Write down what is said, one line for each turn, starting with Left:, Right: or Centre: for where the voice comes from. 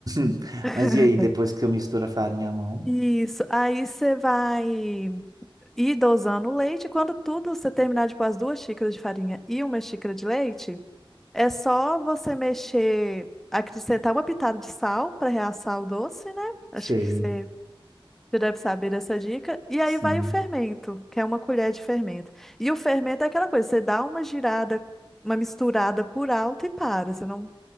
Right: <laughs>
Centre: <laughs>
Right: Mas e aí, depois que eu misturo a farinha à mão?
Centre: Isso, aí você vai ir dosando o leite. Quando tudo você terminar de pôr as duas xícaras de farinha e uma xícara de leite, é só você mexer, acrescentar uma pitada de sal para reaçar o doce, né? Acho
Right: Sei.
Centre: que você já deve saber dessa dica. E aí
Right: Sim.
Centre: vai o fermento, que é uma colher de fermento. E o fermento é aquela coisa, você dá uma girada, uma misturada por alto e para. Você não